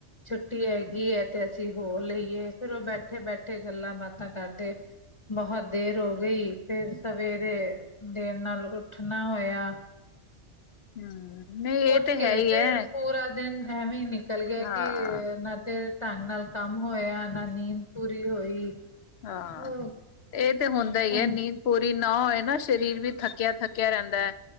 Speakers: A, on the left; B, on the left.
A: ਛੁੱਟੀ ਹੈਗੀ ਹੈ ਤੇ ਅਸੀਂ ਹੋ ਲਈਏ ਫੇਰ ਉਹ ਬੈਠੇ ਬੈਠੇ ਗੱਲਾਂ ਬਾਤਾਂ ਕਰਦੇ ਬਹੁਤ ਦੇਰ ਹੋ ਗਈ ਫੇਿਰ ਸਵੇਰੇ ਦੇਰ ਨਾਲ ਉੱਠਣਾ ਹੋਇਆ
B: ਹਮ ਨਹੀਂ ਇਹ
A: ਉੱਠ
B: ਤੇ
A: ਕੇ
B: ਹੈ ਹੀ
A: ਫਿਰ
B: ਹੈ
A: ਪੂਰਾ ਦਿਨ ਐਵੇਂ ਹੀ ਨਿਕਲ ਗਿਆ
B: ਹਾਂ
A: ਕਿ ਨਾ ਤੇ ਢੰਗ ਨਾਲ ਕੰਮ ਹੋਇਆ ਨਾ ਨੀਂਦ ਪੂਰੀ ਹੋਈ
B: ਹਾਂ
A: ਉਹ
B: ਇਹ ਤੇ ਹੁੰਦਾ ਹੀ
A: ਹਾਂ
B: ਹੈ ਨੀਂਦ ਪੂਰੀ ਨਾ ਹੋਏ ਨਾ ਸਰੀਰ ਵੀ ਥੱਕਿਆ ਥੱਕਿਆ ਥਕੇਆ ਰਹਿੰਦਾ